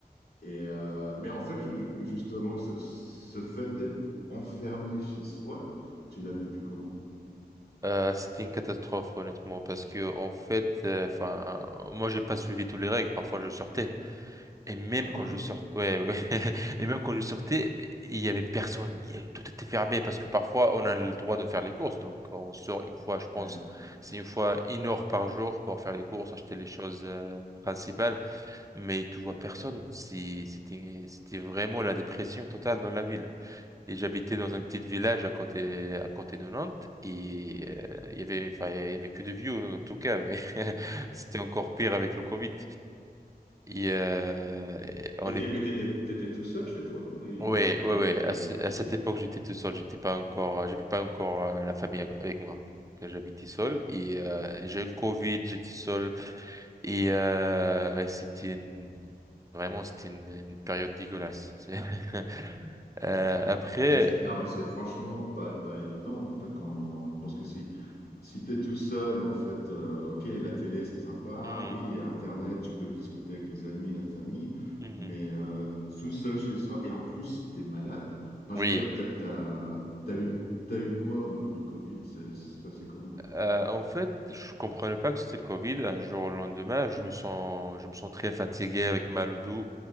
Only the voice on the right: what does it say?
Euh, c'était une catastrophe, honnêtement, parce que, en fait, euh, enfin, moi, j'ai pas suivi toutes les règles. Parfois, je sortais. Et même
quand
je sortais, ouais, ouais. <laughs> Et même quand je sortais, il y avait personne. Il y avait- Tout était fermé parce que parfois, on a le droit de faire les courses. Donc, on sort une fois, je pense,
c'est une fois une heure par jour pour faire les courses, acheter les choses, euh, principales. Mais tu vois
personne. Si- C'était, c'était vraiment la dépression totale dans la ville. Et j'habitais dans un petit village à côté, à côté de Nantes. Et euh, il y avait, enfin, il y avait que des vieux, en tout cas. Mais <laughs> c'était encore pire avec le Covid. Et, euh, et on
est,
ouais,
ouais,
ouais.
À, ce- à cette époque, j'étais tout seul. J'étais pas encore, j'avais pas encore euh, la famille ac- avec moi. Donc, euh, j'habitais seul. Et euh, j'ai eu le Covid, j'étais seul. Et, euh, et c'était une- vraiment, c'était une, une période dégueulasse. C'est- <laughs> Euh, après,
hmm,
hmm,
oui.
Euh, en fait, je comprenais pas que c'était le Covid. Un jour au lendemain, je me sens, je me sens très fatigué avec mal au dos.